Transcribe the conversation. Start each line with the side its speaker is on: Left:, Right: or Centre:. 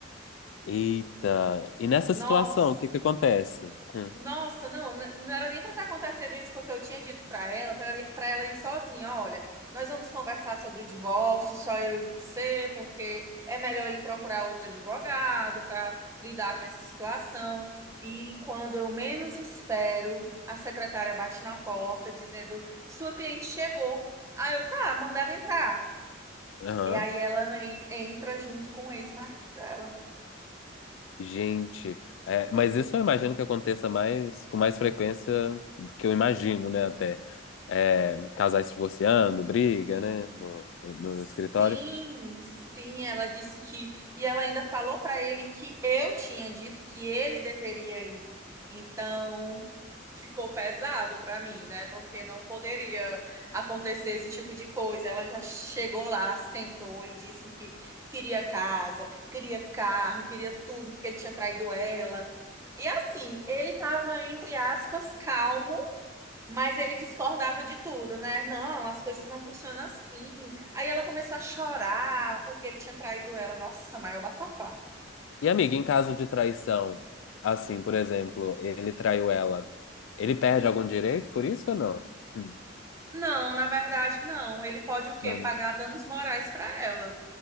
Left: Eita. E nessa
Right: Nossa!
Left: situação, o que que acontece? Hum.
Right: Nossa, não, n- não era nem para estar acontecendo isso, porque eu tinha dito para ela, para ela ir sozinha, olha, nós vamos conversar sobre o divórcio, só eu e você, porque é melhor ele procurar outro advogado para lidar com essa situação. E quando eu menos espero, a secretária bate na porta dizendo: "Sua cliente chegou". Aí eu, tá, manda ela entrar.
Left: Aham.
Right: E aí ela vem- entra junto com o ex-marido dela.
Left: Gente, é, mas isso eu imagino que aconteça mais com mais frequência do que eu imagino, né? Até É, casais se divorciando, briga, né? No, no
Right: Sim,
Left: escritório.
Right: sim, ela disse que. E ela ainda falou para ele que eu tinha dito que ele deveria ir. Então, ficou pesado para mim, né? Porque não poderia acontecer esse tipo de coisa. Ela já chegou lá, sentou e disse que queria casa, queria carro, queria tudo, porque ele tinha traído ela. E assim, ele estava, entre aspas, calmo mas ele discordava de tudo, né? Não, as coisas não funcionam assim. Aí ela começou a chorar porque ele tinha traído ela. Nossa, maior bafafá.
Left: E amiga, em caso de traição, assim, por exemplo, ele traiu ela, ele perde algum direito por isso ou não? Hum,
Right: Não, na verdade, não. Ele pode o quê?
Left: Não,
Right: Pagar
Left: não.
Right: danos morais para ela.